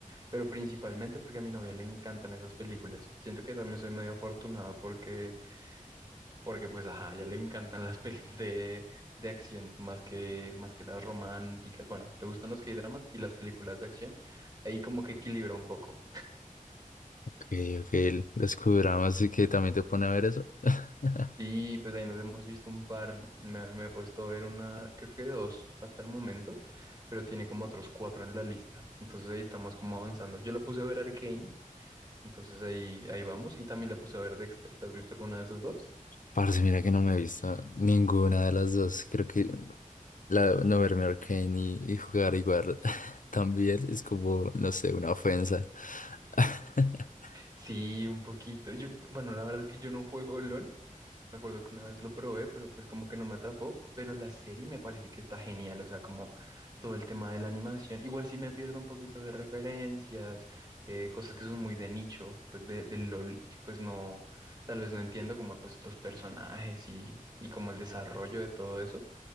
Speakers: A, on the right; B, on the left.
A: pero principalmente porque a mi novia le encantan esas películas. Siento que también soy medio afortunado porque porque pues, ajá, ya le encantan las <laughs> pelis de, de acción más que, más que las románticas. Bueno, le gustan los K-dramas y las películas de acción. Ahí como que equilibra un poco.
B: Ok, ok, el- los Qdramas y que también te pone a ver eso. <laughs>
A: Sí, pues ahí nos hemos visto un par. Me, me he puesto a ver una, creo que dos hasta el momento, pero tiene como otros cuatro en la lista. Entonces ahí estamos como avanzando. Yo la puse a ver Arcane, entonces ahí, ahí vamos. Y también la puse a ver Dexter. ¿Te has visto alguna de esas dos?
B: Parce, mira que no me he visto ninguna de las dos. Creo que la, no verme Arcane y, y jugar igual <laughs> también es como, no sé, una ofensa. <laughs>
A: Sí, un poquito. Yo, bueno, la verdad es que yo no juego LOL. Me acuerdo que una vez lo probé, pero pues como que no me atrapó. Pero la serie me parece que está genial, o sea, como todo el tema de la animación. Igual sí me pierdo un poquito de referencias, eh, cosas que son muy de nicho, pues de, del LOL y que pues no, tal vez no entiendo como pues los personajes y, y como el desarrollo de todo eso.